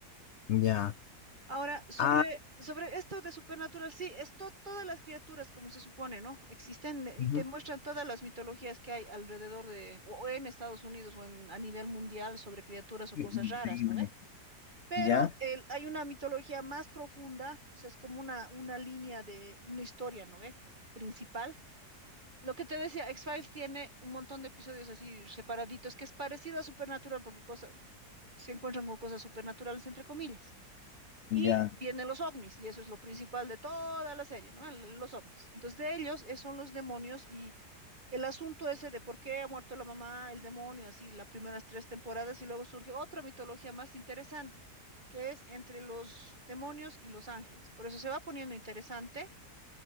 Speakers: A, on the left; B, on the right.
A: Ya.
B: Ahora, sobre,
A: Ah,
B: sobre esto de Supernatural, sí, es to- todas las criaturas, como se supone, ¿no? Existen eh,
A: ujú,
B: y te muestran todas las mitologías que hay alrededor de, o o en Estados Unidos o en, a nivel mundial sobre criaturas o
A: increíble.
B: cosas raras, ¿no ve? Pero
A: Ya,
B: el- hay una mitología más profunda, o sea, es como una, una línea de, una historia, ¿no ve? Principal lo que te decía, X-Files tiene un montón de episodios así separaditos, que es parecido a Supernatural, porque cosa, se encuentran con cosas supernaturales, entre comillas.
A: ya,
B: Y vienen los ovnis, y eso es lo principal de toda la serie, ¿no? El- Los ovnis. Entonces, de ellos eh, son los demonios y el asunto ese de por qué ha muerto la mamá, el demonio, así, las primeras tres temporadas, y luego surge otra mitología más interesante, que es entre los demonios y los ángeles. Por eso se va poniendo interesante